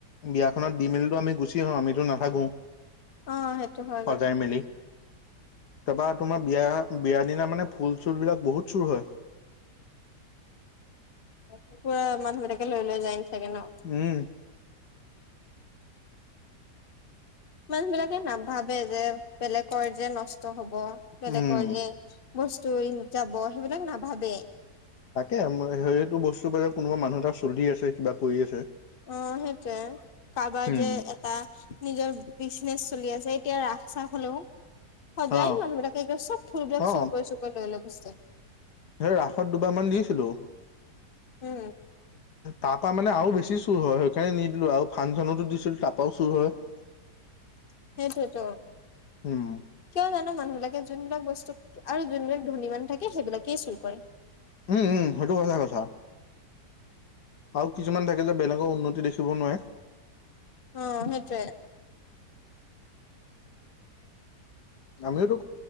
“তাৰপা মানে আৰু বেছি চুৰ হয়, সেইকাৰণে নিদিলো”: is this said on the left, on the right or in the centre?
Left